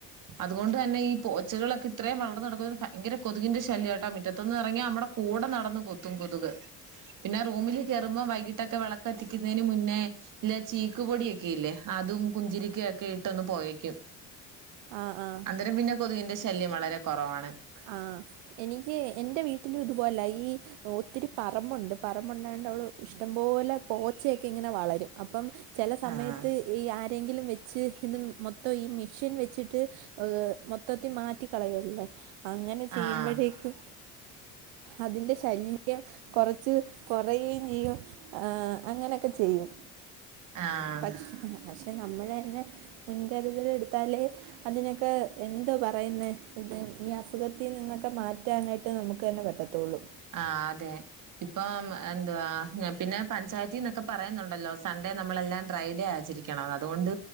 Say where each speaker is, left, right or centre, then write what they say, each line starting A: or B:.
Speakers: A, on the right; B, on the right.
A: അതുകൊണ്ട് തന്നെ ഈ പോച്ചകളൊക്കെ ഇത്രേം വളർന്ന് നടക്കുന്ന സ ഭയങ്കര കൊതുകിന്റെ ശല്യവാട്ടാ. മിറ്റത്തൊന്നും എറങ്ങിയാ നമ്മടെ കൂടെ നടന്ന് കൊത്തും കൊതുക്. പിന്നെ റൂമിൽ കേറുമ്പോം വൈകിട്ടൊക്കെ വിളക്ക് കത്തിക്കുന്നേന് മുന്നേ ഇല്ല ചീക്ക് പൊടിയൊക്കെ ഇല്ലേ അതും കുഞ്ചിരിക്കയൊക്കെ ഇട്ടൊന്ന് പൊകക്ക്യും.
B: ആഹ് ആഹ്.
A: അന്നേരം പിന്നെ കൊതുകിന്റെ ശല്യം വളരെ കൊറവാണ്.
B: ആഹ് എനിക്ക് എന്റെ വീട്ടിലും ഇതുപോലാ. ഈ ഒത്തിരി പറമ്പുണ്ട് പറമ്പുണ്ടായോണ്ട് അവള് ഇഷ്ടംപോലെ പോച്ചയൊക്കെ ഇങ്ങനെ വളരും. അപ്പം ചെല സമയത്ത്
A: ആഹ്
B: ഈ ആരെയെങ്കിലും വെച്ച് ഇത് മൊത്തം ഈ മെഷീൻ വെച്ചിട്ട് ഏഹ് മൊത്തത്തി മാ റ്റിക്കളയല്ലേ അങ്ങനെ ചെയ്യുമ്പഴേക്കും
A: ആഹ്
B: അതിന്റെ ശല്യം കൊറച്ച് കൊറയേം ചെയ്യും ഏഹ് അങ്ങനെയൊക്കെ ചെയ്യും.
A: ആഹ്
B: പക്ഷ് പക്ഷെ നമ്മള് തന്നെ മുൻകരുതല് എടുത്താലേ അതിനൊക്കെ എന്തോ പറയുന്നെ ഇത് ഈ അസുഖത്തിൽ നിന്നൊക്കെ മാറ്റാനായിട്ട് നമുക്ക് തന്നെ പറ്റത്തൊള്ളൂ.
A: ആഹ് അതെ. ഇപ്പം എന്തുവാ പിന്നെ പഞ്ചായത്തിന്നൊക്കെ പറയുന്നുണ്ടല്ലോ. സൺഡേ നമ്മളെല്ലാം ഡ്രൈഡേ ആചരിക്കണംന്ന്. അതുകൊണ്ട്